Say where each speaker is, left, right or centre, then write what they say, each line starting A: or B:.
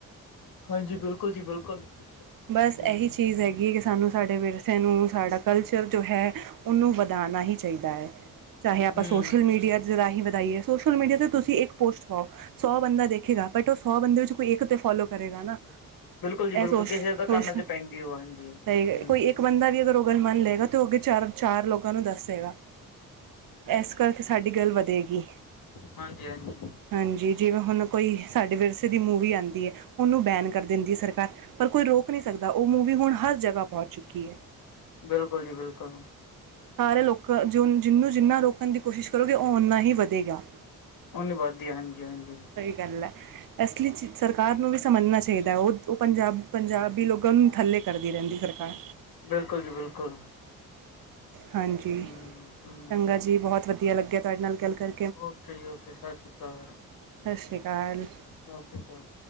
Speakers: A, on the left; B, on the right.
A: ਹਾਂਜੀ ਬਿਲਕੁਲ ਜੀ ਬਿਲਕੁਲ।
B: ਬਸ
A: ਹੂੰ
B: ਐਹੀ
A: ਹੂੰ।
B: ਚੀਜ਼ ਹੈਗੀ ਕੇ ਸਾਨੂੰ ਸਾਡੇ ਵਿਰਸੇ ਨੂੰ ਸਾਡਾ ਕਲਚਰ ਜੋ ਹੈ ਓਨੂੰ ਵਧਾ ਨਾ ਹੀ ਚਾਹੀਦਾ ਐ, ਚਾਹੇ ਆਪਾਂ
A: ਹੂੰ
B: ਸੋਸ਼ਲ ਮੀਡੀਆ ਦੇ ਰਾਹੀਂ ਵਦਾਈਏ ਸੋਸ਼ਲ ਮੀਡੀਆ ਤੇ ਤੁਸੀਂ ਇੱਕ ਪੋਸਟ ਪਾਓ ਸੌ ਬੰਦਾ ਦੇਖੇਗਾ ਬਟ ਓ ਸੌ ਬੰਦੇ ਵਿੱਚੋਂ ਕੋਈ ਇੱਕ ਤੇ ਫੋਲੋ ਕਰੇਗਾ ਨਾ
A: ਬਿਲਕੁਲ ਜੀ
B: ਐ
A: ਬਿਲਕੁਲ
B: ਸੋਚ।
A: ਕਿਸੇ ਤਾਂ
B: ਸੋਸ਼,
A: ਕੰਨ ਚ ਪੈਂਦੀ ਉਹ ਹਾਂਜੀ ਹੂੰ
B: ਸਈ ਕੋਈ ਇੱਕ ਬੰਦਾ ਵੀ ਅਗਰ ਓ ਗੱਲ ਮੰਨ ਲਏਗਾ ਤੇ ਓ ਅੱਗੇ ਚਾਰ-ਚਾਰ ਲੋਕਾਂ ਨੂੰ ਦੱਸੇਗਾ। ਐਸ ਕਰਕੇ ਸਾਡੀ ਗੱਲ ਵਦੇਗੀ।
A: ਹਾਂਜੀ-ਹਾਂਜੀ।
B: ਹਾਂਜੀ ਜਿਵੇਂ ਹੁਨ ਕੋਈ ਸਾਡੇ ਵਿਰਸੇ ਦੀ ਮੂਵੀ ਆਂਦੀ ਐ, ਓਨੂੰ ਬੈਨ ਕਰ ਦਿੰਦੀ ਐ ਸਰਕਾਰ। ਪਰ ਕੋਈ ਰੋਕ ਨੀ ਸਕਦਾ ਓ ਮੂਵੀ ਹੁਨ ਹਰ ਜਗਾ ਪੌਂਚ ਚੁੱਕੀ ਐ।
A: ਬਿਲਕੁਲ ਜੀ ਬਿਲਕੁਲ।
B: ਸਾਰੇ ਲੋਕ ਜੋ ਜਿਨੂੰ ਜਿੰਨਾ ਰੋਕਨ ਦੀ ਕੋਸ਼ਿਸ਼ ਕਰੋਗੇ ਓ ਓਨਾ ਹੀ ਵਦੇਗਾ।
A: ਹੁਨ ਨੀਂ ਵੱਦਦੀ ਹਾਂਜੀ-ਹਾਂਜੀ
B: ਸਈ ਗੱਲ ਐ। ਏਸ ਲਈ ਸਰਕਾਰ ਨੂੰ ਵੀ ਸਮਜਨਾ ਚਾਈਦਾ ਓ-ਓ ਪੰਜਾ ਪੰਜਾਬੀ ਲੋਕਾਂ ਨੂੰ ਥੱਲੇ ਕਰਦੀ ਰੈਂਦੀ ਐ ਸਰਕਾਰ।
A: ਬਿਲਕੁਲ ਜੀ ਬਿਲਕੁਲ।
B: ਹਾਂਜੀ,
A: ਹੂੰ-ਹੂੰ
B: ਚੰਗਾ ਜੀ ਬਹੋਤ ਵਦੀਆ ਲੱਗੇਆ ਤੁਆਡੇ ਨਾਲ ਗੱਲ ਕਰ
A: ਓਕੇ ਜੀ ਓਕੇ ਸਸ ਰੀ ਕਾਲ।
B: ਸਸਰੀ ਕਾਲ।
A: ਸਸਰੀ ਕਾਲ।